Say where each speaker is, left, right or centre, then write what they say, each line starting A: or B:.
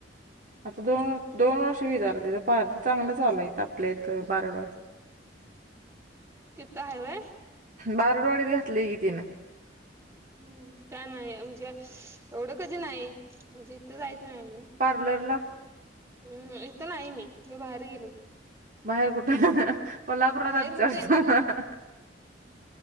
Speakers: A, on the right; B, on the right.
A: आता दोन दोन वर्ष विी झालं तिथं पार तर चांगलं चालय आपल्या इथ बारड. <inaudible>
B: तिथ आहे व.
A: बारडवाडीत घातली की तिनं.
B: हम् का नाही म्हणजे एवढं कधी नाही म्हणजे इथं जायच नाही आम्ही.
A: बलरला.
B: हम इथं नाही मी ज बाहेर गेल की.
A: बाहे कुठे पल्हापुरातात
B: बाहेर म्हणजे
A: चढतो.